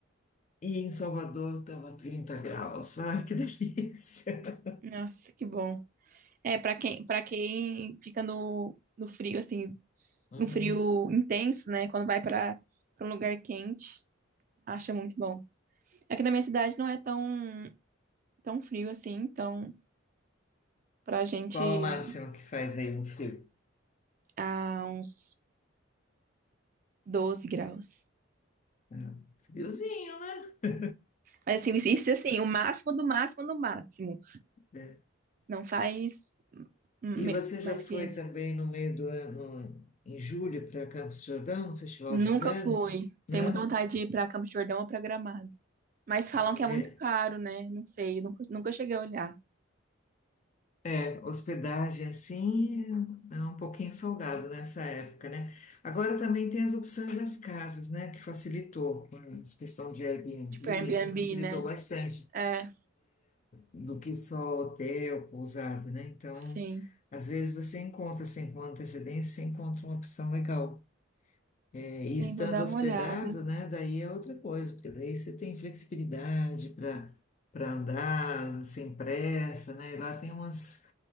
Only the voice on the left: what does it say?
E em Salvador estava 30 graus. <laughs> Ai, que delícia.
Uhum.
Qual o máximo que faz aí no frio?
É, Friozinho, né?
É.
E
você já
foi
também no meio do ano, em julho, para Campos do Jordão, no Festival
de Inverno?
Não?
Ah,
é.
É, Hospedagem assim é um pouquinho salgado nessa época, né? Agora também tem as opções das casas, né? Que facilitou, com essa questão de Airbnb,
assim, facilitou
bastante.
do que só hotel, pousada, né? Então,
às vezes você encontra, assim, com antecedência, você encontra uma opção legal. É, e
estando
hospedado,
né? Daí é outra coisa, porque daí você tem flexibilidade para para andar sem pressa, né? E lá tem umas